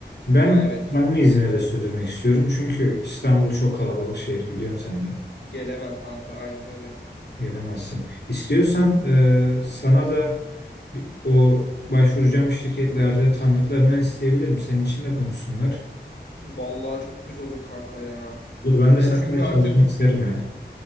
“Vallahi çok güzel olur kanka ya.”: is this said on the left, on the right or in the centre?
Left